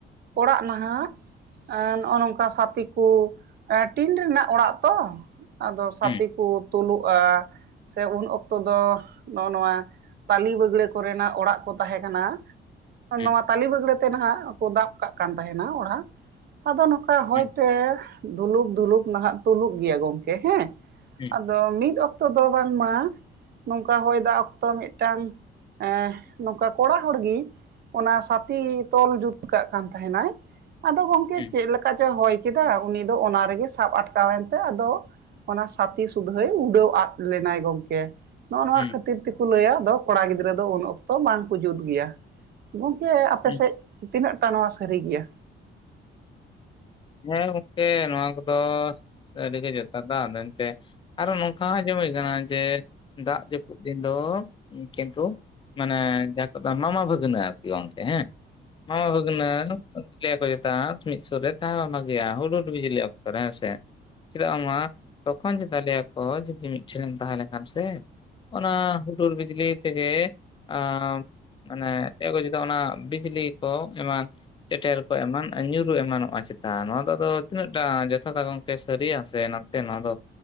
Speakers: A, on the right; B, on the left.
A: ᱚᱲᱟᱜ ᱱᱟᱦᱟᱜ ᱱᱚᱜᱼᱚ ᱱᱚᱝᱠᱟ ᱥᱟᱛᱤ ᱠᱩ ᱮᱸ ᱴᱤᱱ ᱨᱮᱱᱟᱜ ᱚᱲᱟᱜ ᱛᱚ ᱟᱫᱚ ᱥᱟᱛᱤ
B: ᱦᱩᱸ
A: ᱠᱩ ᱛᱩᱞᱩᱜᱼᱟ᱾ ᱥᱮ ᱩᱱ ᱚᱠᱛᱚ ᱫᱚ ᱱᱚᱜᱼᱚ ᱱᱚᱣᱟ ᱛᱟᱞᱤ ᱵᱟᱹᱜᱲᱟᱹ ᱠᱚᱨᱮᱱᱟᱜ ᱚᱲᱟᱜ ᱠᱚ ᱛᱟᱦᱮᱸ ᱠᱟᱱᱟ᱾
B: ᱦᱩᱸ
A: ᱱᱚᱣᱟ ᱛᱟᱞᱤ ᱵᱟᱹᱜᱽᱲᱟᱹ ᱛᱮ ᱱᱟᱦᱟᱜ ᱠᱚ ᱫᱟᱵ ᱠᱟᱜ ᱠᱟᱱ ᱛᱟᱦᱮᱱᱟ ᱚᱲᱟᱜ ᱟᱫᱚ ᱱᱚᱠᱟ ᱦᱚᱭᱛᱮ
B: ᱦᱩᱸ
A: ᱫᱷᱩᱞᱩᱯ ᱫᱷᱩᱞᱩᱯ ᱱᱟᱦᱟᱜ ᱛᱩᱞᱩᱜ ᱜᱮᱭᱟ ᱜᱚᱝᱠᱮ ᱦᱮᱸ᱾
B: ᱦᱩᱸ
A: ᱟᱫᱚ ᱢᱤᱫ ᱚᱠᱛᱚ ᱫᱚ ᱵᱟᱝᱢᱟ ᱱᱚᱝᱠᱟ ᱦᱚᱭ ᱫᱟᱜ ᱚᱠᱛᱚ ᱢᱤᱜᱴᱟᱝ ᱮᱸ ᱱᱚᱝᱠᱟ ᱠᱚᱲᱟ ᱦᱚᱲ ᱜᱤ ᱚᱱᱟ ᱥᱟᱛᱤ ᱛᱚᱞ ᱡᱩᱫ ᱠᱟᱜ ᱠᱟᱱ ᱛᱟᱦᱮᱱᱟᱭ᱾ ᱟᱫᱚ ᱜᱚᱝᱠᱮ
B: ᱦᱩᱸ
A: ᱪᱮᱜ ᱞᱮᱠᱟ ᱪᱚ ᱦᱚᱭ ᱠᱮᱫᱟ ᱩᱱᱤ ᱫᱚ ᱚᱱᱟ ᱨᱮᱜᱮ ᱥᱟᱵ ᱟᱴᱠᱟᱣᱮᱱᱛᱮ ᱟᱫᱚ ᱚᱱᱟ ᱥᱟᱛᱤ ᱥᱩᱫᱷᱟᱹᱭ ᱩᱰᱟᱹᱣ ᱟᱫ ᱞᱮᱱᱟᱭ ᱜᱚᱢᱠᱮ᱾ ᱱᱚᱜᱼᱚ ᱱᱚᱣᱟ
B: ᱦᱩᱸ
A: ᱠᱷᱟᱹᱛᱤᱨ ᱛᱮᱠᱚ ᱞᱟᱹᱭᱟ ᱟᱫᱚ ᱠᱚᱲᱟ ᱜᱤᱫᱽᱨᱟᱹ ᱫᱚ ᱩᱱ ᱚᱠᱛᱚ ᱵᱟᱝᱠᱚ ᱡᱩᱛ ᱜᱮᱭᱟ᱾ ᱜᱚᱝᱠᱮ ᱟᱯᱮᱥᱮᱜ
B: ᱦᱩᱸ
A: ᱛᱤᱱᱟᱹᱜ ᱴᱟ ᱱᱚᱣᱟ ᱥᱟᱹᱨᱤ ᱜᱮᱭᱟ?
B: ᱦᱮᱸ ᱜᱚᱝᱠᱮ ᱱᱚᱣᱟ ᱠᱚᱫᱚ ᱥᱟ. ᱨᱤ ᱜᱮ ᱡᱚᱛᱷᱟᱛᱟ ᱢᱮᱱᱛᱮ ᱟᱨᱚ ᱱᱚᱝᱠᱟ ᱟᱸᱡᱚᱢ ᱦᱩᱭ ᱠᱟᱱᱟ ᱡᱮ ᱫᱟᱜ ᱡᱟᱹᱯᱩᱫ ᱫᱤᱱ ᱫᱚ ᱠᱤᱱᱛᱩ ᱢᱟᱱᱮ ᱡᱟᱦᱟᱸ ᱠᱚ ᱫᱚ ᱢᱟᱢᱟ ᱵᱷᱟᱹᱜᱽᱱᱟᱹ ᱟᱨᱠᱤ ᱜᱚᱝᱠᱮ ᱦᱮᱸ᱾ ᱦᱚᱸ ᱵᱷᱟ. ᱜᱽᱱᱟᱹ ᱚᱱᱛᱮ ᱞᱟᱹᱭᱟ ᱠᱚ ᱪᱮᱫᱟᱜ ᱥᱤᱢᱤᱫ ᱥᱩᱨᱮᱛ ᱛᱟᱦᱮᱸ ᱵᱟᱝ ᱵᱷᱟᱜᱮᱭᱟ ᱦᱩᱰᱩᱨ ᱵᱤᱡᱽᱞᱤ ᱚᱠᱛᱚ ᱨᱮ ᱦᱮᱸ ᱥᱮ? ᱪᱮᱫᱟᱜ ᱵᱟᱝ ᱢᱟ ᱛᱚᱠᱷᱚᱱ ᱪᱮᱛᱟ ᱞᱮᱭᱟ ᱠᱷᱚᱡᱽ ᱡᱩᱫᱤ ᱢᱤᱫ ᱴᱷᱮᱱ ᱞᱟᱝ ᱛᱟᱦᱮᱸ ᱞᱮᱱᱠᱷᱟᱱ ᱥᱮ ᱚᱱᱟ ᱦᱩᱰᱩᱨ ᱵᱤᱡᱽᱞᱤ ᱛᱮᱜᱮ ᱟᱸ ᱢᱟᱱᱮ ᱪᱮᱫ ᱠᱚ ᱪᱮᱛᱟ ᱚᱱᱟ ᱵᱤᱡᱽᱞᱤ ᱠᱚ ᱮᱢᱟᱱ ᱪᱮᱴᱮᱨ ᱠᱚ ᱮᱢᱟᱱ ᱧᱩᱨᱩ ᱮᱢᱟᱱᱚᱜᱼᱟ ᱪᱮᱛ ᱛᱟ ᱱᱚᱣᱟ ᱫᱚ ᱟᱫᱚ ᱛᱤᱱᱟᱹᱜ ᱴᱟ ᱡᱚᱛᱷᱟᱛᱟ ᱜᱚᱝᱠᱮ ᱥᱟᱹᱨᱤᱭᱟ ᱥᱮ ᱱᱟᱥᱮ ᱱᱚᱣᱟ ᱫᱚ